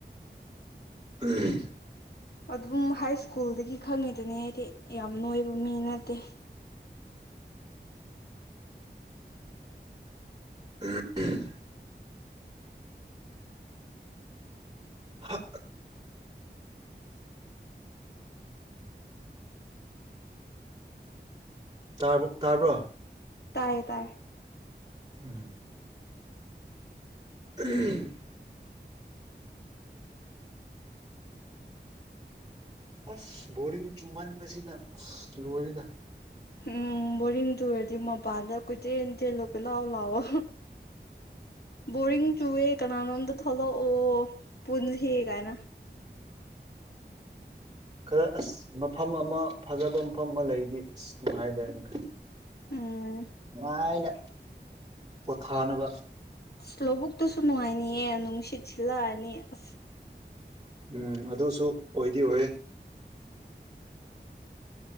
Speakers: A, on the right (about 20°); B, on the left (about 60°).
A: ꯎꯝ
B: ꯑꯗꯨꯕꯨ ꯍꯥꯏ ꯁ꯭ꯀꯨꯜꯗꯒꯤ ꯈꯪꯉꯤꯗꯨꯅꯦ ꯑꯩꯗꯤ ꯌꯥꯝ ꯅꯣꯏꯕ ꯃꯤ ꯅꯠꯇꯦ
A: ꯎꯝ ꯍꯥ ꯥ ꯇꯥꯕ꯭ꯔꯣ
B: ꯇꯌꯦ ꯇꯌꯦ
A: ꯎꯝ ꯎꯝ ꯑꯁ ꯕꯣꯔꯤꯡ ꯆꯨꯃꯟꯕꯁꯤꯅ ꯑꯁ ꯂꯣꯏꯔꯤꯅ
B: ꯎꯝ ꯕꯣꯔꯤꯡ ꯇꯨꯔꯗꯤ ꯃꯄꯥꯟꯗ ꯀꯨꯗꯦꯟ ꯇꯦꯜꯂꯣ ꯀꯣꯏ ꯂꯥꯛꯑꯣ ꯂꯥꯛꯑꯣ ꯕꯔꯤꯡ ꯆꯨꯋꯦ ꯀꯅꯥꯅꯣꯗ ꯍꯂꯣ ꯑꯣ ꯄꯨꯟꯅ ꯍ ꯀꯥꯏꯅ
A: ꯈꯔ ꯑꯁ ꯃꯐꯝ ꯑꯃ ꯐꯖꯕ ꯃꯐꯝ ꯑꯃ ꯂꯩꯗꯤ ꯑꯁ ꯅꯨꯡꯉꯥꯏꯗꯅꯤꯅ
B: ꯎꯝ
A: ꯃꯥ ꯏꯩꯅ ꯄꯣꯊꯥꯅꯕ
B: ꯁ꯭ꯂꯣꯕꯕꯨꯛꯛꯇꯁꯨꯅꯅꯨꯡꯉꯥꯏꯅꯤꯌꯦ ꯅꯨꯡꯁꯤꯠꯁꯤꯂ ꯑꯅꯤ ꯑ
A: ꯎꯝ ꯑꯗꯨꯁꯨ ꯑꯣꯏꯗꯤ ꯑꯣꯏꯦ